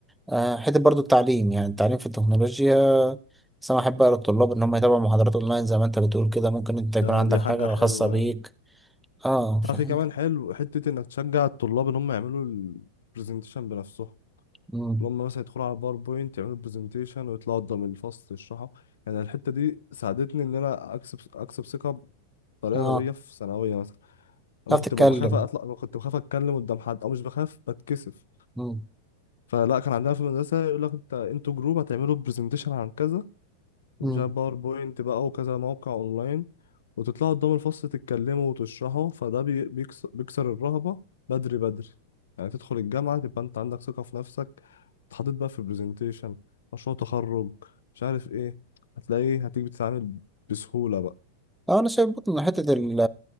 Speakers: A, in the centre; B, on the left.
A: آه، حته برضو التعليم يعني التعليم في التكنولوجيا بس انا احب اقرا الطلاب ان هم يتابعوا محاضرات اونلاين زي ما انت بتقول كده ممكن انت يكون
B: ده
A: عندك
B: دي حاجة
A: حاجه
B: حلوة
A: خاصه بيك اه فاهم
B: تعرف إيه كمان حلو حتة إنك تشجع الطلاب إن هم يعملوا البرزنتيشن بنفسهم
A: مم،
B: اللي هم مثلا يدخلوا على الباوربوينت يعملوا برزنتيشن ويطلعوا قدام الفصل يشرحوا يعني الحتة دي ساعدتني إن أنا أكسب أكسب ثقة بطريقة
A: اه
B: غبية في ثانوية مثلا أنا
A: تعرف
B: كنت
A: تتكلم
B: ببقى بخاف أطلع كنت بخاف أتكلم قدام حد أو مش بخاف بتكسف
A: مم،
B: فلا كان عندنا في المدرسة يقول لك انت انتوا جروب هتعملوا برزنتيشن عن كذا مش
A: مم.
B: عارف باوربوينت بقى وكذا موقع اونلاين وتطلعوا قدام الفصل تتكلموا وتشرحوا فده بي- بيكس- بيكسر الرهبة بدري بدري يعني تدخل الجامعة تبقى انت عندك ثقة في نفسك اتحطيت بقى في برزنتيشن مشروع تخرج مش عارف ايه هتلاقيه هتيجي بتتعامل بسهولة بقى
A: اه انا شايف برضه ان حته ال